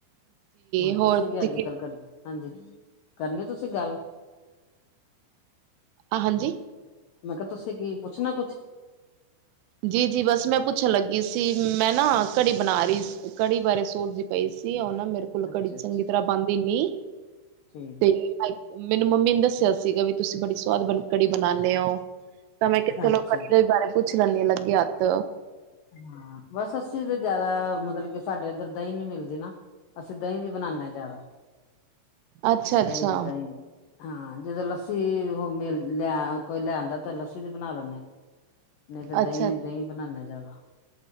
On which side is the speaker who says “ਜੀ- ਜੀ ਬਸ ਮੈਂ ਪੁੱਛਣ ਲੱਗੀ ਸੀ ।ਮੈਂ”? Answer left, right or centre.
Right